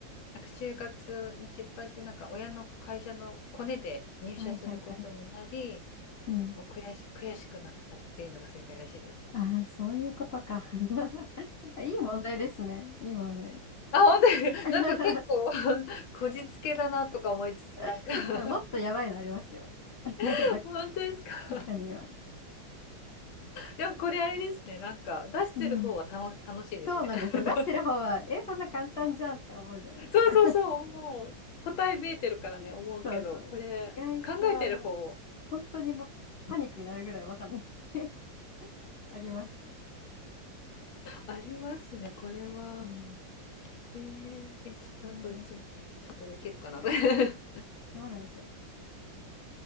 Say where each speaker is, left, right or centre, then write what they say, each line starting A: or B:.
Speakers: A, on the left; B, on the left.
A: なんか就活に失敗して、なんか親の会社のコネで入社することになり、
B: はいはいはい。うん。
A: こう悔し、悔しくなったっていうのが正解らしいです。
B: ああそういうことか。<laughs> いい問題ですね。いい問題。
A: あ、本当に、
B: <laughs>
A: <laughs> なんか結構 <laughs> こじつけだなとか思いつつ、なんか
B: <laughs> もっとやばいのありますよ。<laughs> な
A: <laughs> 本当ですか
B: 中には。
A: <laughs> でもこれあれですね、なんか出してる方は楽、
B: うん。
A: 楽しいですね。
B: そうなんですよ。
A: <laughs>
B: 出してる方は、え、そんな簡単じゃんとか思うじゃないですか。
A: そうそうそう、もう答え見えてるからね、
B: <laughs>
A: 思うけど、
B: そうそう。
A: これ考えてる方
B: 意外と、あの、本当にもうパニックになるぐらいわかんない <laughs> ありますよね。
A: ありますね、これは。
B: うん。
A: えーえ、ちょっとあと一、
B: いろいろ、
A: ちょっとできるかな。
B: なんか、
A: <laughs> うー
B: どうなんでしょう。